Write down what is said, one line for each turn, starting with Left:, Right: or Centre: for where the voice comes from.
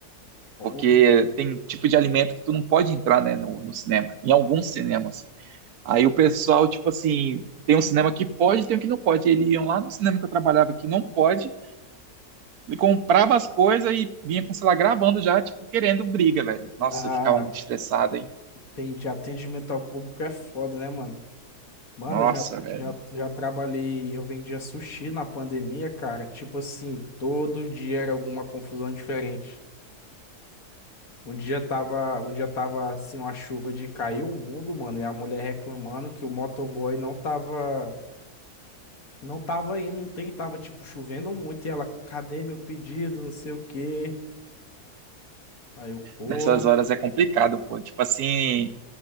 Left: Porra.
Right: Porque tem tipo de alimento que tu não pode entrar, né, no, no cinema, em alguns cinemas. Aí o pessoal, tipo assim, tem um cinema que pode, tem um que não pode. Eles iam lá no cinema que eu trabalhava que não pode, ele comprava as coisas e vinha com o celular gravando já, tipo, querendo briga, velho. Nossa,
Left: Ah,
Right: eu ficava muito estressado, hein?
Left: tem de atendimento ao público é foda, né, mano? Mano,
Right: Nossa,
Left: já,
Right: velho.
Left: já, já trabalhei, eu vendia sushi na pandemia, cara. Tipo assim, todo dia era alguma confusão diferente. Um dia tava, um dia tava assim, uma chuva de cair o mundo, mano, e a mulher reclamando que o motoboy não tava, não tava indo, não tem, tava tipo chovendo muito e ela, cadê meu pedido, não sei o quê. Aí eu, porra.
Right: Nessas horas é complicado, pô. Tipo assim.